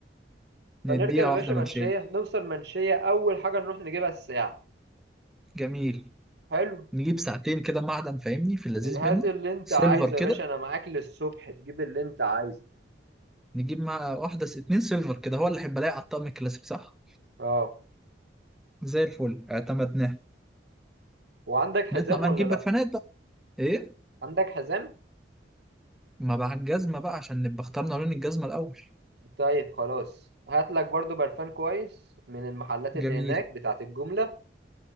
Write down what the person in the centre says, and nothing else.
نديها
واحدة
منشية
جميل
نجيب ساعتين كده معدن فاهمني في اللذيذ
منه
سيلفر
كده
نجيب مع واحدة س- اتنين سيلفر كده هو اللي هيبقى لاقي على الطقم الكلاسيك صح
زي الفل اعتمدناه
نطلع بقى
نجيب
برفانات بقى ايه
ما بقى الجزمة بقى عشان نبقى اخترنا لون الجزمة الأول
جميل